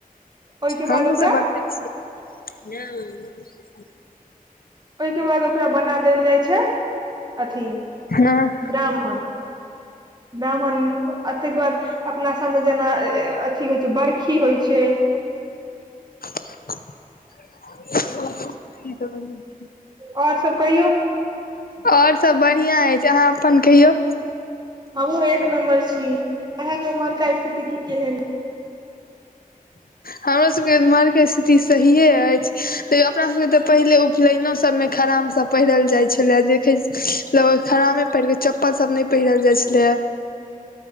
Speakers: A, on the right; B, on the left.
A: ओहिके
B: हमहुँ
A: बाद ओकरा
B: <unintelligible>
A: ओहिके बाद ओकरा बना देल जाइ छैय अथी
B: हँ
A: ब्राह्मण ब्राह्मण ताहिके बाद अपना सभमे जेना अथी होइ छैय बरखी होइ छैय।
B: <inaudible>
A: आओर सब कहियौ।
B: आओर सब बढ़िआं अछि अहाँ अपन कहियौ।
A: हमहुं एक नम्बर छी अहा के उम्हरका स्थिति की केहेन?
B: हमर सबके इम्हर के स्थिति सहिये अछि तैय अपना सबके तऽ पहिले उखनेनो सबमे खराम सब पहिरल जाइ छलै जे देखै खरामे पहिर कऽ चप्पल सब नहि पहिरल जाइ छ लय